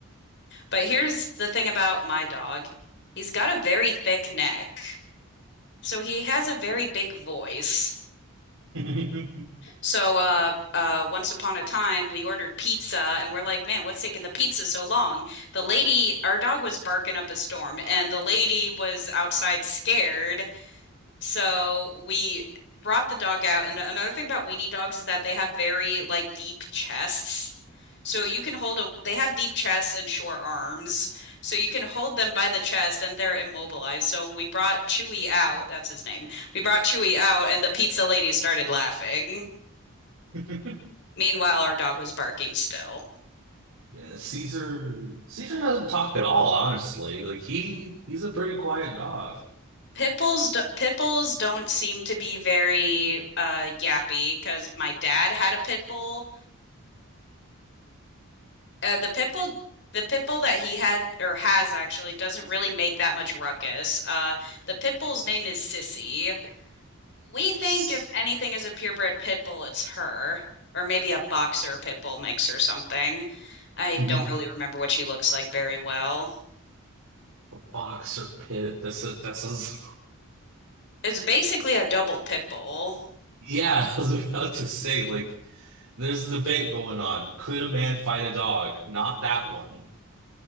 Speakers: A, on the left; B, on the right.
A: But here's the thing about my dog. He's got a very thick neck. So he has a very big voice.
B: <laughs>
A: So uh uh once upon a time we ordered pizza and we're like, man, what's taking the pizza so long? The lady, our dog was barking up a storm and the lady was outside scared. So we brought the dog out. And another thing about weenie dogs is that they have very like deep chests. So you can hold a, they have deep chests and short arms. So you can hold them by the chest and they're immobilized. So we brought Chewy out, that's his name. We brought Chewy out and the pizza lady started laughing.
B: <laughs>
A: Meanwhile, our dog was barking still.
B: Yeah, Caesar Caesar doesn't talk at all, honestly. Like he he's a pretty quiet dog.
A: Pit bulls, do pit bulls don't seem to be very uh yappy because my dad had a pit bull. Uh, the pit bull, the pit bull that he had or has actually doesn't really make that much ruckus. Uh, the pit bull's name is Sissy. We think
B: S-
A: if anything is a purebred pit bull, it's her, or maybe a boxer pit bull mix or something.
B: <laughs>
A: I
B: A
A: don't really remember what she looks like very well.
B: boxer pit. That's a, that sounds
A: It's basically a double pit bull.
B: Yeah, <laughs> I was about to say, like, there's a debate going on. Could a man fight a dog? Not that one. <laughs>